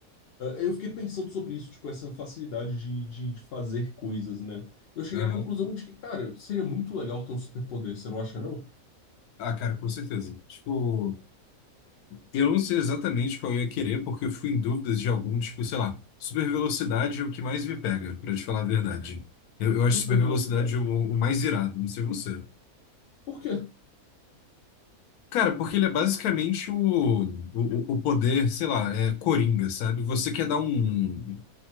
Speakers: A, on the left; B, on the left.
A: Ah, Eu fiquei pensando sobre isso, tipo, essa facilidade de, de, de fazer coisas, né? Eu cheguei
B: aham.
A: à conclusão de que, cara, seria muito legal ter um superpoder, você não acha, não?
B: Ah, cara, com certeza. Tipo, eu não sei exatamente qual eu ia querer, porque eu fui em dúvidas de algum, tipo, sei lá, super velocidade é o que mais me pega, pra te falar a verdade. Eu, eu acho
A: Super
B: super velocidade
A: velocidade.
B: o, o mais irado, não sei você.
A: Por quê?
B: Cara, porque ele é basicamente o, o, o poder, sei lá, é coringa, sabe? Você quer dar um.